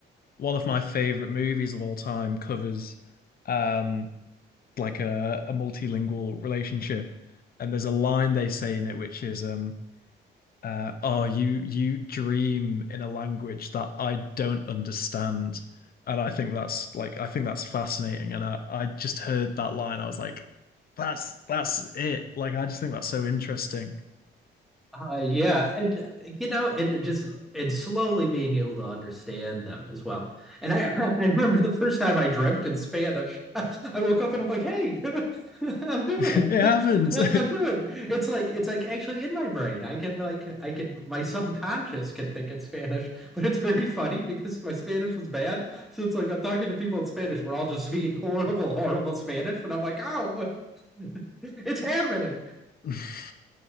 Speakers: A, on the left; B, in the centre.
A: one of my favorite movies of all time covers um like a, a multilingual relationship. And there's a line they say in it which is um uh oh you you dream in a language that I don't understand. And I think that's like I think that's fascinating. And I, I just heard that line, I was like, that's that's it. Like I just think that's so interesting.
B: Uh, yeah, and uh, you know, and just and slowly being able to understand them as well. And I, <laughs> I remember the first time I dreamt in Spanish. <laughs> I woke up and I'm like, "Hey, <laughs> I'm doing
A: <laughs>
B: it.
A: It happens.
B: <laughs> I'm doing it." It's like it's like actually in my brain. I can like I can my subconscious can think in Spanish, <laughs> but it's very funny because my Spanish was bad. So it's like I'm talking to people in Spanish. We're all just speaking <laughs> horrible, horrible Spanish, but I'm like, "Oh, <laughs> it's happening."
A: <laughs>